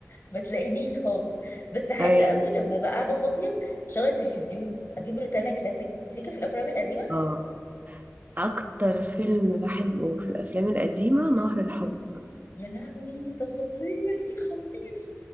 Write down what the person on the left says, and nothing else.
ما تلاقينيش خالص بس احب
قوي لما بقى قاعده فاضيه شغل التلفزيون اجيب روتانا كلاسيك تريكه في الافلام القديمه
يا لهوي ده خطير خطير